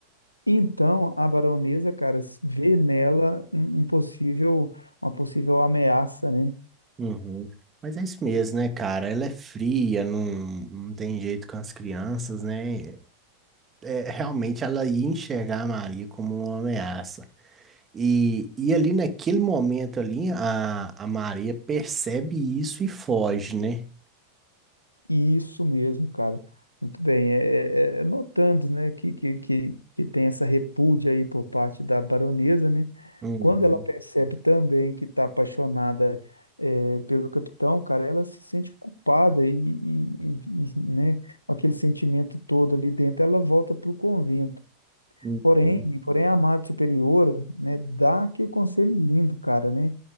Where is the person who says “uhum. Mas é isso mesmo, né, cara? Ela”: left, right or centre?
Right